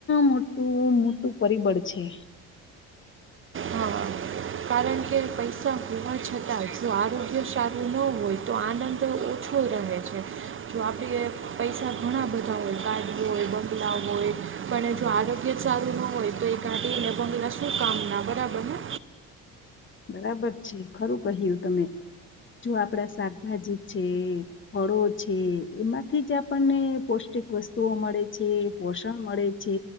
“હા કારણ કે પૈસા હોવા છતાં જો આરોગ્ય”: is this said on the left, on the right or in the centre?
Right